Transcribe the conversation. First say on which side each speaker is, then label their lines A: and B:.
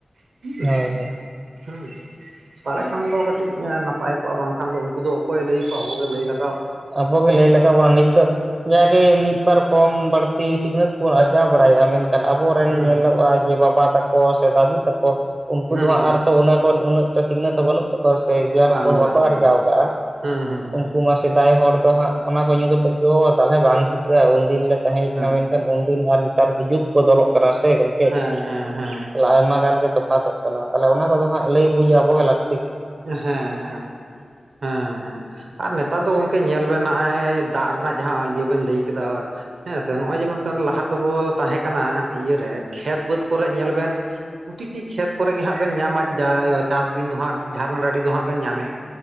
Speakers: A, on the right; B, on the right.
A: <unintelligible>
B: ᱦᱳᱭ ᱦᱳᱭ
A: ᱦᱮᱸ ᱛᱟᱦᱞᱮ ᱠᱷᱟᱱ ᱫᱚ ᱠᱟᱹᱴᱤᱡ ᱮ ᱱᱟᱯᱟᱭ ᱠᱚᱜᱼᱟ ᱵᱟᱝᱠᱷᱟᱱ ᱫᱚ ᱩᱱᱠᱩ ᱫᱚ ᱚᱠᱚᱭᱮ ᱞᱟᱹᱭ ᱟᱠᱚᱣᱟ ᱟᱵᱚᱜ ᱜᱮ ᱞᱟᱹᱭ ᱞᱟᱹᱠ
B: ᱟᱵᱚᱜᱮ ᱞᱟᱹᱭ ᱞᱮᱠᱟ ᱵᱚᱱᱟ ᱱᱤᱛ ᱫᱚ ᱡᱟᱜᱮ ᱢᱤᱫ ᱵᱟᱨ ᱠᱚᱢ ᱵᱟᱹᱲᱛᱤ ᱥᱤᱠᱷᱱᱟᱹᱛ ᱵᱚ ᱟᱨᱡᱟᱣ ᱵᱟᱲᱟᱭᱮᱫᱼᱟ ᱢᱮᱱᱠᱷᱟᱱ ᱟᱵᱚᱨᱮᱱ
A: ᱦᱩᱸ
B: ᱧᱮᱞᱚᱜᱼᱟ ᱡᱮ ᱵᱟᱵᱟ ᱛᱟᱠᱚ ᱜᱚ ᱥᱮ ᱫᱟᱫᱩ ᱛᱟᱠᱚ ᱩᱱᱠᱩ
A: ᱦᱩᱸ
B: ᱫᱚ ᱦᱟᱸᱜ ᱟᱨ ᱛᱚ ᱚᱱᱟᱹ ᱠᱷᱚᱱ ᱩᱱᱟᱹᱜ ᱴᱟ ᱥᱤᱠᱷᱱᱟᱹᱛ ᱫᱚ ᱵᱟᱹᱱᱩᱜ ᱛᱟᱠᱚ ᱩᱯᱟᱹᱨ ᱥᱮ
A: ᱦᱩᱸ
B: ᱜᱮᱭᱟᱱ
A: ᱵᱟᱝ
B: ᱠᱚᱦᱚᱸ
A: ᱵᱟᱝ
B: ᱵᱟᱠᱚ
A: ᱵᱟᱝ
B: ᱟᱨᱡᱟᱣ ᱠᱟᱜᱼᱟ,
A: ᱦᱩᱸ ᱦᱩᱸ ᱦᱩᱸ
B: ᱩᱱᱠᱩ ᱢᱟ ᱥᱤᱯ ᱦᱚᱲ ᱫᱚ ᱦᱟᱸᱜ ᱚᱱᱟ ᱠᱚ ᱧᱩ ᱠᱟᱛᱮᱫᱚ ᱛᱟᱦᱞᱮ ᱵᱟᱝ ᱪᱤᱠᱟᱹᱜᱼᱟ ᱩᱱᱫᱤᱱᱞᱮ ᱛᱟᱦᱮᱸ
A: ᱦᱮᱸ
B: ᱠᱟᱱᱟ ᱢᱮᱱᱠᱷᱟᱱ ᱩᱱᱫᱤᱱ ᱟᱨ ᱱᱮᱛᱟᱨ ᱫᱚ ᱡᱩᱜᱽ ᱵᱚᱫᱚᱞᱚᱜ ᱠᱟᱱᱟ ᱥᱮ ᱜᱚᱢᱠᱮ
A: ᱦᱮᱸ ᱦᱮᱸ
B: ᱾
A: ᱦᱮᱸ ᱦᱮᱸ
B: ᱞᱟᱭ ᱟᱭᱢᱟ ᱜᱟᱱ ᱜᱮ ᱛᱚᱯᱷᱟᱛᱚᱜ ᱠᱟᱱᱟ ᱛᱟᱦᱚᱞᱮ ᱚᱱᱟ ᱠᱚᱫᱚ ᱦᱟᱸᱜ ᱞᱟᱹᱭ ᱵᱩᱡ ᱟᱵᱚᱜᱮ ᱞᱟᱹᱠ
A: ᱦᱮᱸ ᱦᱮᱸ᱾ ᱦᱮᱸ ᱦᱮᱸ, ᱟᱨ ᱱᱮᱛᱟᱨ ᱫᱚ ᱜᱚᱝᱠᱮ ᱧᱮᱞ ᱵᱮᱱ ᱱᱟᱜᱼᱟᱭ ᱫᱟᱜ ᱨᱮᱱᱟᱜ ᱡᱟᱦᱟᱸ ᱤᱭᱟᱹ ᱵᱮᱱ ᱞᱟᱹᱭ ᱠᱮᱫᱟ ᱦᱮᱸ ᱥᱮ ᱱᱚᱜ ᱚᱭ ᱡᱮ ᱢᱮᱱᱛᱟᱱ ᱞᱟᱦᱟ ᱛᱮᱵᱚ ᱛᱟᱦᱮᱸ ᱠᱟᱱᱟ ᱤᱭᱟᱹᱨᱮ ᱠᱷᱮᱛ ᱵᱟᱹᱫᱽ ᱠᱚᱨᱮᱜ ᱧᱮᱞ ᱵᱮᱱ ᱯᱩᱴᱤᱴᱤ ᱠᱷᱮᱛ ᱠᱚᱨᱮ ᱜᱮ ᱦᱟᱸᱜ ᱵᱮᱱ ᱧᱟᱢᱟ ᱡᱟᱭ ᱪᱟᱥ ᱫᱤᱱ ᱫᱚ ᱦᱟᱸᱜ ᱡᱷᱟᱨᱱᱟ ᱰᱟᱹᱰᱤ ᱫᱚ ᱦᱟᱸᱜ ᱵᱮᱱ ᱧᱟᱢᱮᱜ